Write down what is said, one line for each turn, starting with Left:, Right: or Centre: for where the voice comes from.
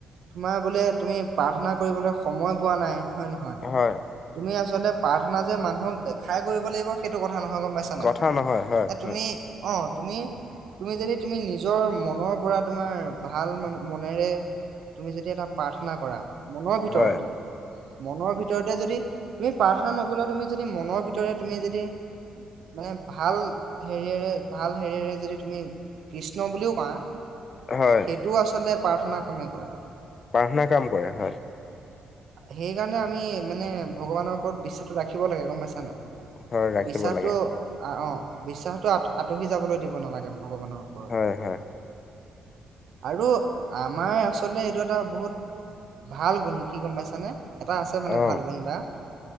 Right: তোমাৰ বোলে তুমি প্ৰাৰ্থনা কৰিবলৈ সময় পোৱা নাই। হয় নহয়
Left: হয়,
Right: তুমি আচলতে প্ৰাৰ্থনা যে মানুহক দেখাই কৰিব লাগিব সেইটো ক কথা নহয় গম পাইছা নাই
Left: কথা নহয় হয়,
Right: এ তুমি
Left: হয়,
Right: অ' তুমি তুমি যদি তুমি নিজৰ মনৰ পৰা তোমাৰ ভাল মনেৰে তুমি যেতিয়া এটা প্ৰাৰ্থনা কৰা মনৰ ভিতৰতে।
Left: হয়,
Right: মনৰ ভিতৰতে যদি তুমি প্ৰাৰ্থনা নকৰিলেও তুমি যদি মনৰ ভিতৰে তুমি যদি মানে ভাল হেৰিয়ৰে। ভাল হেৰিৰে যদি তুমি কৃষ্ণ বুলিও কোৱা
Left: হয়।
Right: সেইটো আচলতে প্ৰাৰ্থনা কামেই কৰে।
Left: প্ৰাৰ্থনা কাম কৰে হয়।
Right: সেইকাৰণে আমি মানে ভগৱানৰ ওপৰত বিশ্বাসটো ৰাখিব লাগে গম পাইছা নাই।
Left: হয় ৰাখিব
Right: বিশ্বাসটো
Left: লাগে
Right: অ'-অ' বিশ্বাসটো আতহি যাবলৈ দিব নালাগে। ভগৱানৰ ওপৰত
Left: হয়, হয়,
Right: আৰু আমাৰ আচলতে এইটো এটা বহুত ভাল গুণ কি গম পাইছানে। এটা আছে মানে
Left: অ',
Right: ভাল গুণ এটা।